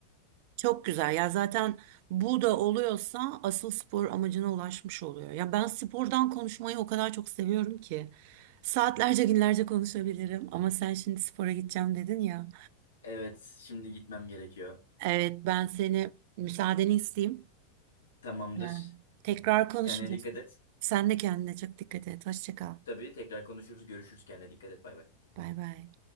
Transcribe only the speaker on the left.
Evet, şimdi gitmem gerekiyor.
Tamamdır.
Kendine dikkat et.
Tabii tekrar konuşuruz, görüşürüz. Kendine dikkat et. Bay bay.